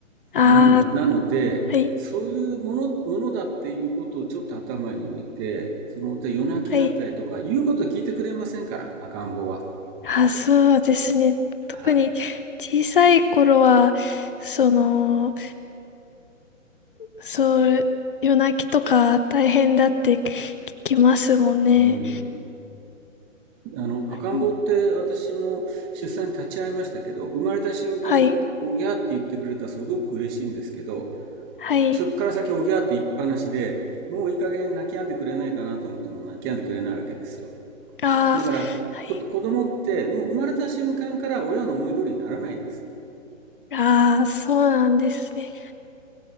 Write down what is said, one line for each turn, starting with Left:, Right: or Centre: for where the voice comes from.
Left: ああ、
Right: なんなので、
Left: はい、
Right: そういうもの、ものだっていうことをちょっと頭に置いて、その、で夜泣きだったりとか、
Left: はい。
Right: 言うことを聞いてくれませんから、赤ん坊は。
Left: ああ、そうですね。特に小さい頃は、
Right: はい。
Left: その、うそう、夜泣きとか大変だって聞きますもんね。
Right: うん。あの、赤ん坊って私も出産に立ち会いましたけど、
Left: うん
Right: 生まれた瞬間、
Left: はい、
Right: おぎゃーって言ってくれたらすごく嬉しいんですけど、
Left: はい。
Right: そこから先おぎゃーって言いっぱなしで、もういい加減泣き止んでくれないかなと思っても泣き止んでくれないわけですよ。
Left: ああ、
Right: だから、
Left: はい。
Right: こ、子供ってもう生まれた瞬間から親の思い通りにならないんです。
Left: ああ、そうなんですね。